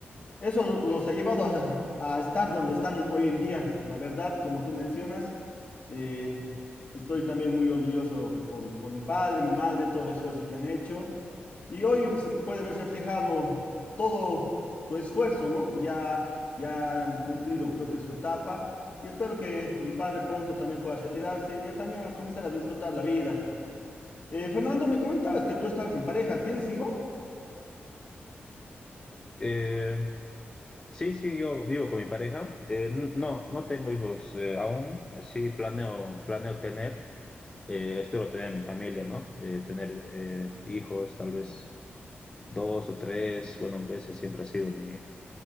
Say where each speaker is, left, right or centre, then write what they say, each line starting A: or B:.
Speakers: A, on the left; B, on the left.
A: Eso no, los ha llevado a, a estar donde están hoy en día. La verdad, como tú mencionas, eh, estoy también muy orgulloso por, por mi padre, mi madre, todo el esfuerzo que han hecho. Y hoy se puede ver reflejado todo su esfuerzo, ¿no? Ya, ya han cumplido, creo que su etapa. Y espero que mi padre pronto también pueda retirarse y ya también a comenzar a disfrutar la vida. Eh, Fernando, me comentabas que tú estabas en pareja. ¿Tienes hijos?
B: Eh, sí, sí, yo vivo con mi pareja. Eh, n- no, no tengo hijos eh, aún. Eh, sí, planeo, planeo tener. Eh, espero tener mi familia, ¿no? Eh, tener eh, hijos, tal vez dos o tres. Bueno, ese siempre ha sido mi,